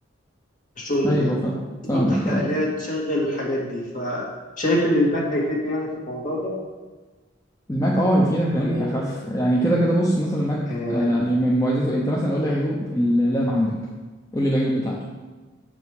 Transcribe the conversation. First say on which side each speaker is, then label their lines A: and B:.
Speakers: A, on the left; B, on the left.
A: الشغل
B: ايوه
A: ده
B: فاهم فاهمك
A: بتحقق
B: اه
A: ليها تشغل الحاجات دي فشايف ان الماك هيفيدني يعني في الموضوع ده
B: الماك اه هيفيدك لاني
A: ولا ايه؟
B: اخف يعني كده كده بص مثلا الماك
A: آه
B: آه، يعني من مميزاته إيه؟ انت مثلا قول لي عيوب اللاب عندك قول لي العيوب بتاعته